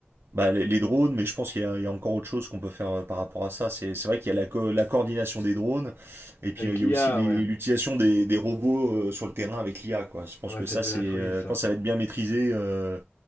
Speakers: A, on the right (about 85°); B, on the left (about 80°).
A: bah, les, les drones, mais je pense qu'il y a, il y a encore autre chose qu'on peut faire euh, par rapport à ça. C'est c'est vrai qu'il y a la, co- la coordination des drones, et puis
B: Avec
A: euh, il
B: l'IA,
A: y a aussi les-
B: ouais.
A: l'utilisation des, des robots euh, sur le terrain avec l'IA, quoi. Je pense
B: Ah bah,
A: que
B: c'est
A: ça,
B: de
A: c'est
B: la folie,
A: euh,
B: ça.
A: quand ça va être bien maîtrisé, euh,